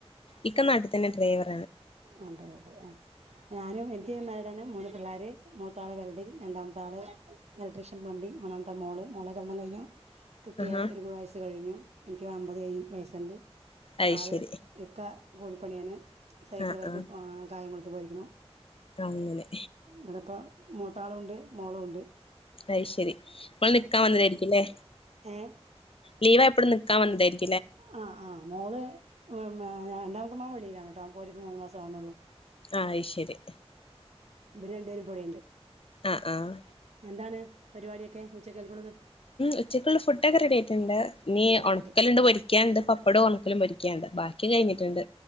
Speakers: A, on the left (about 60°); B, on the right (about 85°).
A: ഇക്ക നാട്ടിൽ തന്നെ ഡ്രൈവർ
B: ആ ഡ്രൈവർ ഞാനും എനിക്ക് മാ മൂന്ന് പിള്ളേർ മൂത്താള് വെൽഡിങ് രണ്ടാമത്താള് ഇലക്ട്രീഷൻ പ്ലബിങ് മൂന്നാമത്തെ മോള് മോളുടെ കല്യാണം കഴിഞ്ഞു കുട്ടിയായി
A: ആഹാ
B: ഒരു വയസ്സ് കഴിഞ്ഞു എനിക്ക് അമ്പത് വയസ്സുണ്ട്
A: അയ്
B: ആള്
A: ശരി
B: ഇക്ക കൂലിപ്പണിയാണ് സൈക്കിൾ
A: ആഹ്
B: വർക്ക്
A: ആഹ്
B: കായംകുളത്തു പോയിരിക്കുണു
A: അങ്ങനെ
B: ഇവിടെപ്പ മൂത്ത ആളുമുണ്ട് മോളുണ്ട്
A: അയ് ശരി ഓള് നിക്കാൻ വന്നതായിരിക്കും അല്ലേ
B: ഏ
A: ലീവ് ആയപ്പള് നിക്കാൻ വന്നതാരികും
B: ആഹ് ആഹ് മോള് രണ്ടാമത്തെ മോൻ വെളിയിലാണ് കേട്ടോ പോയിട്ടിപ്പോൾ മൂന്നു മാസം ആവണള്ളൂ
A: ആയ് ശരി
B: ഇവര് രണ്ടു പേരും ഇപ്പോ ഇവിടെയുണ്ട്
A: ആഹ് ആഹ്
B: എന്താണ് പരിപാടിയൊക്കെ ഉച്ചക്കത്തേക്കുള്ളത്
A: ഉച്ചക്കുള്ള ഫുഡ്ക്കെ റെഡി ആയിട്ടുണ്ട് നീ
B: ഫുഡൊക്കെ
A: ഉണക്കലുണ്ട്
B: റെഡി
A: പൊരിക്കാൻ പൊരിക്കാനുണ്ട് പപ്പടം ഒണക്കലും പൊരിക്കാനും ഉണ്ട് ബാക്കി കഴിഞ്ഞിട്ടുണ്ട്